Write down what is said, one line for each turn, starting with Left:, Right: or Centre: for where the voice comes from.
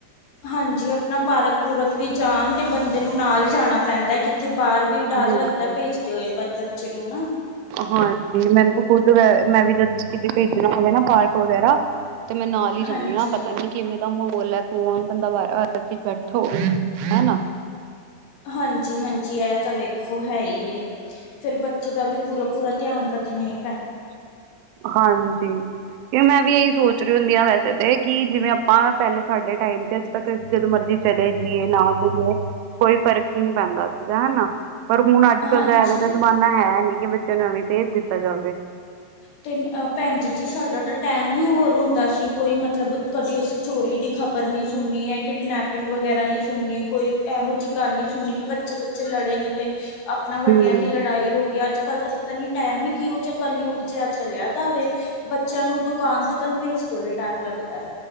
Left: ਹਾਂਜੀ ਆਪਣਾ ਪਾਰਕ ਪੂਰਕ ਵੀ ਜਾਣ ਤੇ ਬੰਦੇ ਨੂੰ ਨਾਲ ਜਾਣਾ ਪੈਂਦਾ ਕਿੱਥੇ ਬਾਹਰ ਵੀ ਡਰ
Right: ਬਿਲਕੁਲ
Left: ਲੱਗਦਾ ਭੇਜਦੇ ਹੋਏ ਬੱਚੇ ਨੂੰ ਨਾ
Right: ਹਾਂਜੀ ਮੈਨੂੰ ਖੁਦ ਮੈਂ ਵੀ ਜਦ ਕਿਤੇ ਭੇਜਣਾ ਹੋਵੇ ਨਾ ਪਾਰਕ ਵਗੈਰਾ ਤੇ ਮੈਂ ਨਾਲ ਹੀ
Left: ਹਾਂਜੀ
Right: ਜਾਂਦੀ ਹਾਂ ਪਤਾ ਨੀ ਕਿਵੇਂ ਦਾ ਬੋਲੇ ਕੋਣ ਬੰਦਾ ਬਾਰਕੇ ਬੈਠਾ ਹੋਵੇ ਹੈਨਾ।
Left: ਹਾਂਜੀ ਹਾਂਜੀ ਇਹ ਤਾਂ ਵੇਖੋ ਹੈ ਹੀ ਫਿਰ ਬੱਚੇ ਦਾ ਵੀ ਪੂਰਾ ਪੂਰਾ ਧਿਆਨ ਰੱਖਣਾ ਏ
Right: ਹਾਂਜੀ ਕਿ ਮੈਂ ਵੀ ਇਹੀ ਸੋਚ ਰਹੀ ਹੁੰਦੀ ਹਾਂ ਵੈਸੇ ਕਿ ਜਿਵੇਂ ਆਪਾਂ ਪਹਿਲੇ ਸਾਡੇ ਟਾਈਮ ਤੇ ਅੱਜ ਤੱਕ ਜਦੋਂ ਮਰਜੀ ਚਲੇ ਜੀਏ ਨਾ ਜਈਏ ਕੋਈ ਫ਼ਰਕ ਨਹੀਂ ਪੈਂਦਾ ਸੀਗਾ ਹਨਾ ਪਰ ਹੁਣ ਅੱਜ ਕੱਲ
Left: ਹਾਂਜੀ
Right: ਦਾ ਐਵੇਂ ਦਾ ਜ਼ਮਾਨਾ ਹੈ ਨੀ ਕਿ ਬੱਚਿਆਂ ਨੂੰ ਐਵੇਂ ਭੇਜ ਦਿੱਤਾ ਜਾਵੇ
Left: ਅਤੇ ਭੈਣ ਜੀ ਜੀ ਸਾਡਾ ਤਾਂ ਟਾਈਮ ਹੀ ਹੋਰ ਹੁੰਦਾ ਸੀ ਕੋਈ ਮਤਲਬ ਕਦੀ ਅਸੀਂ ਚੋਰੀ ਦੀ ਖਬਰ ਨਹੀਂ ਸੁਨੀ ਹੈ ਕਿਡਨੈਪਿੰਗ ਵਗੈਰਾ ਨਹੀਂ ਸੁਣਨੀ ਕੋਈ ਇਹੋ ਜਿਹੀ ਗੱਲ ਨਹੀਂ ਸੁਣਨੀ ਕਿ ਬੱਚੇ ਬੱਚੇ ਬੱਚੇ ਲੜੇ ਨੇ ਤੇ ਆਪਣਾ ਵੱਡਿਆਂ
Right: ਹਮ
Left: ਦੀ ਲੜਾਈ ਹੋ ਗਈ ਅੱਜ ਕੱਲ੍ਹ ਤਾਂ ਪਤਾ ਨਹੀਂ ਟਾਈਮ ਹੀ ਕਿਊ ਜਾਂ ਕੱਲਿਉ ਜਿਹਾ ਚਲਿਆ ਜਾਵੇ ਬੱਚਿਆਂ ਨੂੰ ਦੁਕਾਨ ਤੱਕ ਭੇਜਦੇ ਹੋਏ ਡਰ ਲੱਗਦਾ